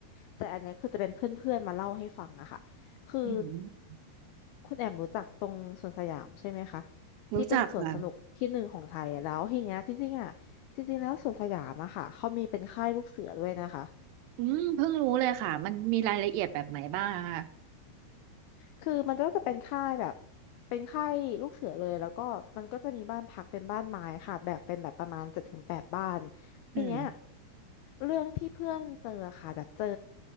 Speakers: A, on the left; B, on the right.
A: แต่อันเนี้ยคือจะเป็นเพื่อนๆมาเล่าให้ฟังอะค่ะคือ
B: อืม
A: คุณแอมรู้จักตรงสวนสยามใช่ไหมคะที่เป็นสวนสนุกที่หนึ่งของไทยอะแล้วทีเนี้ยจริงๆอะจริงๆแล้วสวนสยามอะค่ะเขามีเป็นค่ายลูกเสือด้วยนะคะ
B: รู้จักค่ะอืมเพิ่งรู้เลยค่ะมันมีรายละเอียดแบบไหนบ้างอะคะ
A: คือมันก็จะเป็นค่ายแบบเป็นค่ายลูกเสือเลยแล้วก็มันก็จะมีบ้านพักเป็นบ้านไม้ค่ะแบ่งเป็นแบบประมาณเจ็ดถึงแปดบ้านทีเนี้ย
B: อืม
A: เรื่องที่เพื่อนเจอค่ะแบบเจอ